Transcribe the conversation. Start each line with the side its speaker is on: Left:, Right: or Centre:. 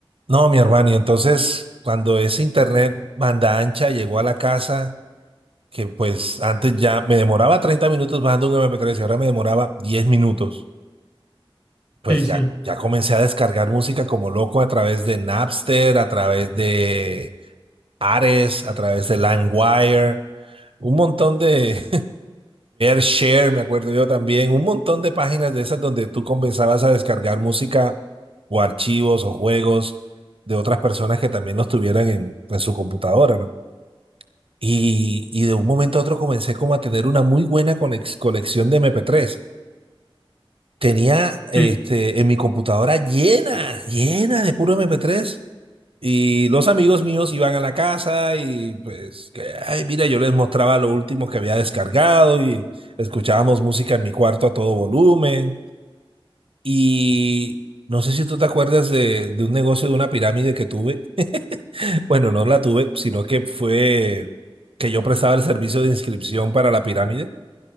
Right: No, mi hermano, y entonces cuando ese internet banda ancha llegó a la casa, que pues antes ya me demoraba 30 minutos bajando un MP3 y ahora me demoraba 10 minutos, pues
Left: Sí,
Right: ya,
Left: sí,
Right: ya comencé a descargar música como loco a través de Napster, a través de Ares, a través de LimeWire, un montón de, Share, me acuerdo yo también, un montón de páginas de esas donde tú comenzabas a descargar música o archivos o juegos de otras personas que también los tuvieran en, en su computadora, ¿no? Y, y de un momento a otro comencé como a tener una muy buena conex- colección de MP3. Tenía este,
Left: sí.
Right: en mi computadora llena, llena de puro MP3. Y los amigos míos iban a la casa y pues, que, ay, mira, yo les mostraba lo último que había descargado y escuchábamos música en mi cuarto a todo volumen. Y no sé si tú te acuerdas de, de un negocio de una pirámide que tuve. <laughs> Bueno, no la tuve, sino que fue que yo prestaba el servicio de inscripción para la pirámide.